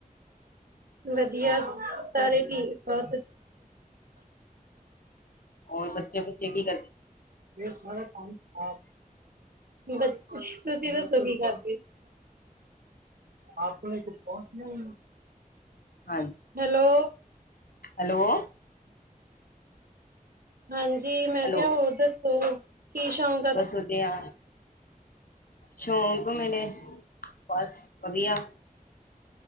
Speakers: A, on the right (about 80°); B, on the left (about 80°).
A: ਵਦੀਆ, ਸਾਰੇ ਠੀਕ-ਠਾਕ।
B: ਹੋਰ, ਬੱਚੇ-ਬੁੱਚੇ ਕੀ ਕਰਦੇ?
A: <inaudible> ਬੱਚੇ, ਤੁਸੀਂ ਦੱਸੋ ਕੀ ਕਰਦੇ? ਆਪਣੇ ਚ ਪਹੁੰਚਣਾ ਈ ਨੀ
B: ਹਾਂਜੀ।
A: ਹੈਲੋ।
B: ਹੈਲੋ।
A: ਹਾਂਜੀ,
B: ਹੈਲੋ
A: ਮੈਂ ਕਿਹਾ ਹੋਰ ਦੱਸੋ? ਕੀ ਸ਼ੌਕ
B: ਬਸ ਵਦੀਆ ਸ਼ੌਂਕ ਮੇਰੇ, ਬਸ ਵਦੀਆ